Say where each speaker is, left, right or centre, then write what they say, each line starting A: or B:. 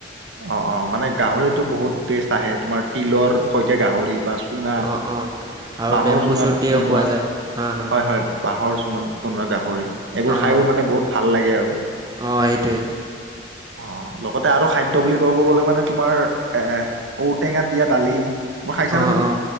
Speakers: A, on the right; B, on the right.
A: অ অ মানে গাহৰিতো বহুত টেষ্ট আহে তোমাৰ তিলৰ সৈতে গাহৰি বা। চুঙা
B: অঁ অঁ আৰু
A: বাহৰ
B: বেম্বু
A: চুঙাত
B: শ্বুট দিও
A: বনোৱা
B: খোৱা যায় হা হা
A: হয় হয় বাহৰ চুঙা। বনোৱা গাহৰি এইবোৰ
B: হা
A: খাই
B: হা
A: মানে বহুত ভাল লাগে আৰু।
B: অঁ সেইটোৱে
A: অ লগতে আৰু খাদ্য বুলি ক'ব গলে মানে তোমাৰ এ ঔটেঙাত দিয়া দালি। এইবোৰ খাইছানে
B: অ
A: তুমি
B: অ